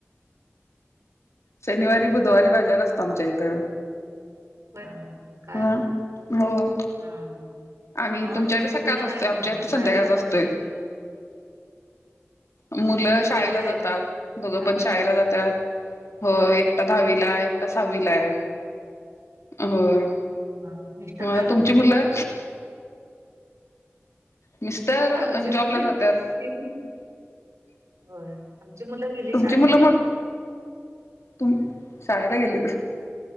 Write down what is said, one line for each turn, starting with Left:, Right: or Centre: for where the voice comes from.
Left: शनिवारी, बुधवारी बाजार असतो आमच्या इथं.
Right: काय?
Left: ह होय
Right: हम्म.
Left: आणि
Right: अं
Left: तुमच्याकडे
Right: तुमची
Left: सकाळचा
Right: मुलं
Left: असतोय
Right: काय करतात
Left: आमच्या इकडे
Right: मग
Left: संध्याकाळचा
Right: शाळेला जातात?
Left: असतोय मुलं शाळेला
Right: होय
Left: जातात दोघं
Right: हा
Left: पण शाळेला जात्यात. हो एकटा दहावीला आहे, एकटा सहावीला
Right: हा
Left: आहे, होय
Right: हा मिस्टर काय
Left: अ
Right: करतात
Left: तुमची मुलं? मिस्टर
Right: आमची
Left: जॉबला
Right: मुल
Left: जातात.
Right: गेली होय, आमची मुलं गेली
Left: तुमची
Right: शाळेला.
Left: मुलं मोठ तुम, शाळेला गेलीत.